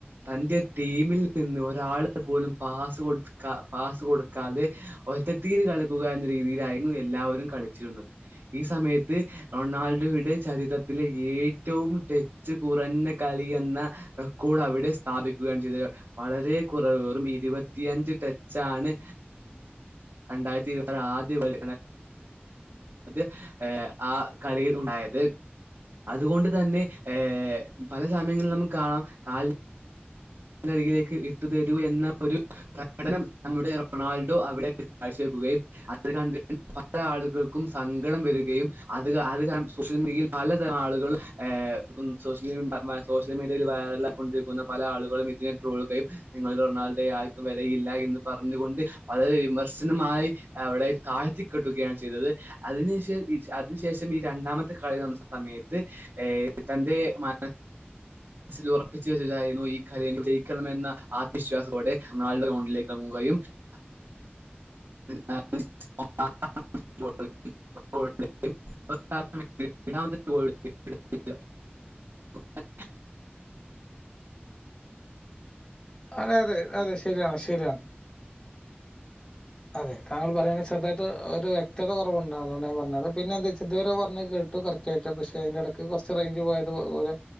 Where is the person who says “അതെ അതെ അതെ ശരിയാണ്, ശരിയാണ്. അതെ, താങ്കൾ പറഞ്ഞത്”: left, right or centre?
Left